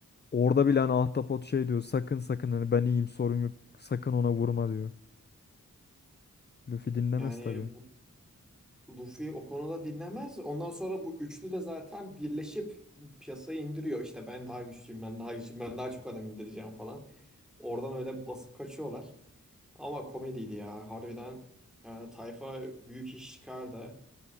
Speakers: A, on the left; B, in the centre.
A: Orada bile hani Ahtapot şey diyor sakın sakın hani ben iyiyim sorun yok sakın ona vurma diyor. Luffy dinlemez
B: Yani
A: tabii.
B: bu, Luffy o konuda dinlemez. Ondan sonra bu üçlü de zaten birleşip piyasayı indiriyor. İşte ben daha güçlüyüm, ben daha güçlüyüm, ben daha çok adam indireceğim falan. Oradan öyle basıp kaçıyorlar. Ama komediydi ya harbiden. Yani tayfa büyük iş çıkardı.